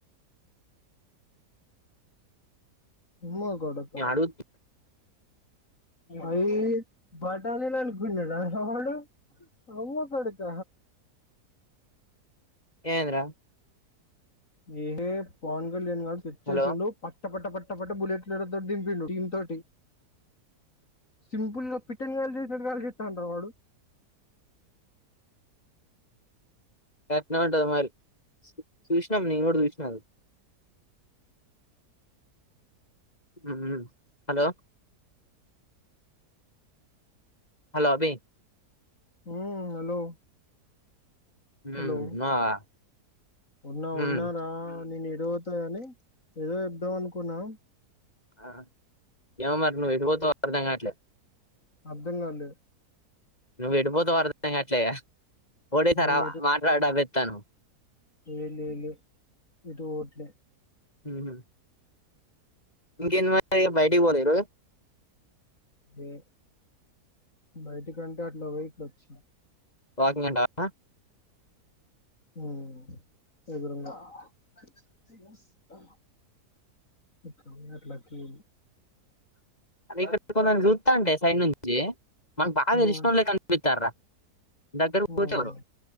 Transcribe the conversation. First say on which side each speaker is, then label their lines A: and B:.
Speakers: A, on the left (about 50°); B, on the left (about 25°).
A: ఉమ్మ కొడుక
B: నేను అడుగు
A: అయి బటానీలా అనుకున్నడా వాడు అవ కడక
B: ఏంద్రా
A: ఏ ప కళ్యాణ తెచ్చ
B: హలో
A: చేసిండు పట్ట పట్ట పట్ట పట్ట బులెట్ దింపిండు దీంతోటి సింపుల్ గా పిట్టని కాల్చేసినట్టు కాల్చేస్టాండు రా వాడు
B: గట్లనే ఉంటది మారి చూసిన నేను గూడా చూసిన మ్మ్ హలో హలో అభి
A: మ్మ్ హలో
B: ఉమ్,
A: హలో
B: ఉన్నావా?
A: ఉన్నా
B: ఉమ్.
A: ఉన్నార నేను ఎద అవుతాయని ఏదో చెద్దాం అనుకున్నా
B: ఆ ఏమో మరి నువ్వు ఎటుపోతావో అర్థం కాట్లే
A: అర్ధం కాలే
B: నువ్వు ఎటుపోతావ అర్థం గాట్లే రా ఓడి సార్
A: నేను
B: మాట్లాడాబత్తను
A: ఎల్లీ ఎటు పోవట్లే
B: మ్మ్ హ్మ్మ్ ఇంకేమ మచ బయటికి పోలే ఈరోజు
A: అే బయటికంటే అట్లా పోయి ఇట్లోచిన
B: వాకింగే అంటావా
A: మ్మ్ ఎదురుగా హా ఇ అట్లాకి
B: అదే ఇక్కడ కొంద చూస్తా అంటే సైడ్ నుంచి మన బాగా
A: ఉమ్
B: ఇలిష్టంళ్లే క అనిపితార దగ్గర కి పోతారు
A: ఉమ్